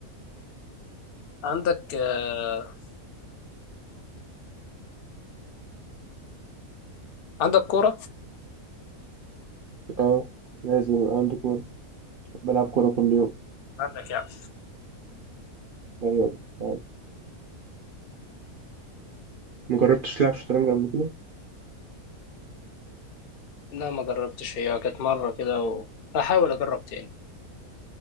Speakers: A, on the left; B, on the right.
A: عندك آه عندك كورة
B: اه لازم يبقى عندي كورة بلعب كورة كل يوم
A: عندك يعني
B: ايوه فعلا ما جربتش تلعب شطرنج قبل كده
A: لا ما جربتش هي كانت مرة كده وهحاول أجرب تاني